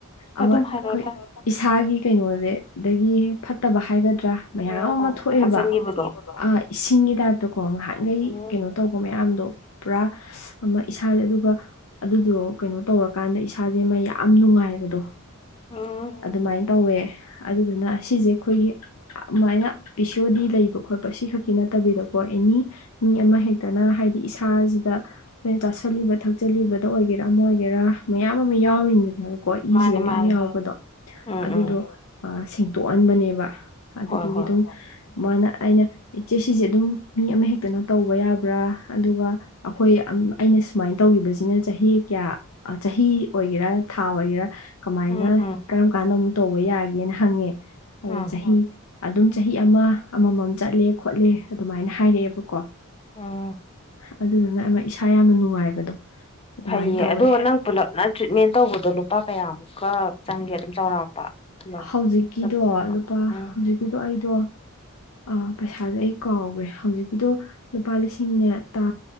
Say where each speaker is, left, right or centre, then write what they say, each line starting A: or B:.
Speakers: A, on the left; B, on the left.
A: ꯑꯃ
B: ꯑꯗꯨꯝ ꯍꯥꯏꯔꯛꯑꯣꯗ
A: ꯑꯩꯈꯣꯏ ꯏꯁꯥꯒꯤ ꯀꯩꯅꯣꯁꯦ ꯗꯒꯤ ꯐꯠꯇꯕ ꯍꯥꯏꯒꯗ꯭ꯔꯥ ꯃꯌꯥꯝ
B: ꯑꯣ
A: ꯑꯃ
B: ꯑꯣ
A: ꯊꯣꯛꯑꯦꯕ
B: ꯊꯛꯆꯟꯈꯤꯕꯗꯣ
A: ꯑ ꯏꯁꯤꯡꯒꯤ ꯇꯥꯏꯞꯇꯀꯣ ꯉꯍꯥꯟꯈꯩ
B: ꯎꯝ
A: ꯀꯩꯅꯣ ꯇꯧꯕ ꯃꯌꯥꯝ ꯇꯣ ꯄꯨꯔꯥ ꯑꯃ ꯏꯁꯥꯁꯦ ꯑꯗꯨꯒ ꯑꯗꯨꯗꯣ ꯀꯩꯅꯣ ꯇꯧꯔꯀꯥꯟꯗ ꯏꯁꯥꯖꯦꯃ ꯌꯥꯝ ꯅꯨꯡꯉꯥꯏꯕꯗꯣ
B: ꯎꯝ
A: ꯑꯗꯨꯃꯥꯏꯅ ꯇꯧꯋꯦ ꯑꯗꯨꯗꯨꯅ ꯑꯁꯤꯖꯦ ꯑꯩꯈꯣꯏꯒꯤ ꯑꯗꯨꯃꯥꯏꯅ ꯄꯤꯁꯤ ꯑꯣ ꯗꯤ ꯂꯩꯕ ꯈꯣꯠꯄ ꯁꯤ ꯈꯛꯀꯤ ꯅꯠꯇꯕꯤꯗꯀꯣ ꯑꯦꯅꯤ ꯃꯤ ꯑꯃ ꯍꯦꯛꯇꯅ ꯍꯥꯏꯗꯤ ꯏꯁꯥꯖꯤꯗ ꯑꯩꯈꯣꯏꯅ ꯆꯥꯁꯜꯂꯤꯕ ꯊꯛꯆꯜꯂꯤꯕꯗ ꯑꯣꯏꯒꯦꯔꯥ ꯑꯃ ꯑꯣꯏꯒꯦꯔꯥ ꯃꯌꯥꯝ ꯑꯃ ꯌꯥꯎꯔꯤꯅꯤꯗꯅ ꯀꯣ
B: ꯃꯥꯅꯦ
A: ꯏꯁꯤꯗ ꯃꯌꯥꯝ
B: ꯃꯥꯅꯦ
A: ꯌꯥꯎꯕꯗꯣ
B: ꯎꯝ
A: ꯑꯗꯨꯗꯣ
B: ꯎꯝ
A: ꯁꯦꯡꯇꯣꯛꯍꯟꯕꯅꯦꯕ ꯑꯗꯨꯗꯨꯒꯤ
B: ꯍꯣꯏ ꯍꯣꯏ
A: ꯑꯗꯨꯝ ꯃꯥꯅ ꯑꯩꯅ ꯏꯆꯦ ꯁꯤꯁꯦ ꯑꯗꯨꯝ ꯃꯤ ꯑꯃ ꯍꯦꯛꯇꯅ ꯇꯧꯕ ꯌꯥꯕ꯭ꯔꯥ ꯑꯗꯨꯒ ꯑꯩꯈꯣꯏ ꯑꯩꯅ ꯁꯨꯃꯥꯏꯅ ꯇꯧꯈꯤꯕꯁꯤꯅ ꯆꯍꯤ ꯀꯌꯥ ꯆꯍꯤ ꯑꯣꯏꯒꯦꯔꯥ ꯊꯥ ꯑꯣꯏꯒꯦꯔꯥ ꯀꯃꯥꯏꯅ
B: ꯎꯝ ꯎꯝ
A: ꯀꯔꯝ ꯀꯥꯟꯗ ꯑꯃꯨꯛ ꯇꯧꯕ ꯌꯥꯒꯦꯅ ꯍꯪꯉꯦ ꯑꯗꯨ
B: ꯎꯝ
A: ꯆꯍꯤ ꯑꯗꯨꯝ ꯆꯍꯤ ꯑꯃ ꯑꯃꯃꯝ ꯆꯠꯂꯦ ꯈꯣꯠꯂꯦ ꯑꯗꯨꯃꯥꯏꯅ ꯍꯥꯏꯔꯛꯑꯦꯕꯀꯣ꯫
B: ꯑꯣ꯫
A: ꯑꯗꯨꯗꯨꯅ ꯑꯃ ꯏꯁꯥ ꯌꯥꯝꯅ ꯅꯨꯡꯉꯥꯏꯕꯗꯣ꯫ ꯑꯗꯨꯃꯥꯏꯅ
B: ꯐꯩꯌꯦ
A: ꯇꯧꯋꯦ
B: ꯑꯗꯣ ꯅꯪ ꯄꯨꯂꯞꯅ ꯇ꯭ꯔꯤꯠꯃꯦꯟ ꯇꯧꯕꯗꯣ ꯂꯨꯄꯥ ꯀꯌꯥꯃꯨꯛꯀ ꯆꯪꯒꯦ ꯑꯗꯨꯝ ꯆꯥꯎꯔꯥꯛꯄ꯫ ꯄꯨꯂꯞ
A: ꯍꯧꯖꯤꯛꯀꯤꯗꯣ
B: ꯆꯞ ꯆꯥꯕ
A: ꯂꯨꯄꯥ
B: ꯎꯝ
A: ꯍꯧꯖꯤꯛ ꯀꯤꯗꯣ ꯑꯩꯗꯣ ꯑꯥ ꯄꯩꯁꯥꯗꯣ ꯑꯩ ꯀꯥꯎꯈ꯭ꯔꯦ ꯍꯧꯖꯤꯛꯀꯤꯗꯣ ꯂꯨꯄꯥ ꯂꯤꯁꯤꯡ ꯁꯤꯡꯅꯦ ꯇꯥ